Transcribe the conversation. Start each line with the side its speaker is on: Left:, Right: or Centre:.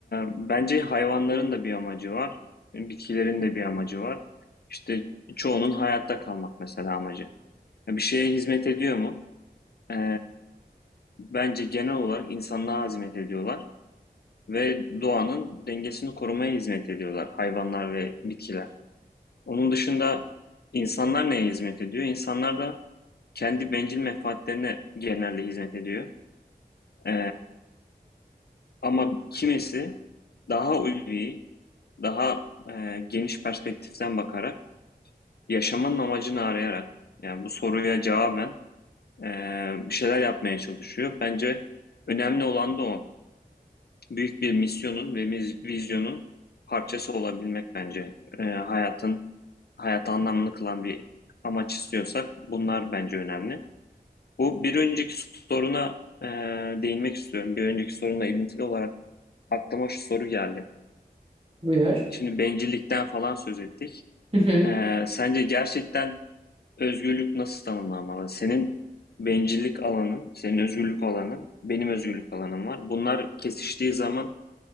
Left: bence hayvanların da bir amacı var. Bitkilerin de bir amacı var. İşte çoğunun hayatta kalmak mesela amacı. Bir şeye hizmet ediyor mu? Ee, bence genel olarak insanlığa hizmet ediyorlar ve doğanın dengesini korumaya hizmet ediyorlar hayvanlar ve bitkiler. Onun dışında insanlar neye hizmet ediyor? İnsanlar da kendi bencil menfaatlerine genelde hizmet ediyor. Ee, Ama kimisi daha ulvi, daha e, geniş perspektiften bakarak, yaşamanın amacını arayarak, yani bu soruya cevaben e, bir şeyler yapmaya çalışıyor. Bence önemli olan da o. Büyük bir misyonun ve vizyonun parçası olabilmek bence. E, hayatın, hayatı anlamlı kılan bir amaç istiyorsak bunlar bence önemli. Bu bir önceki soruna e, değinmek istiyorum. Bir önceki sorunla ilintili olarak aklıma şu soru geldi.
Right: Buyur.
Left: Şimdi bencillikten falan söz ettik.
Right: Hı hı.
Left: Ee, sence gerçekten özgürlük nasıl tanımlanmalı? Senin bencillik alanın, senin özgürlük alanın, benim özgürlük alanım var. Bunlar kesiştiği zaman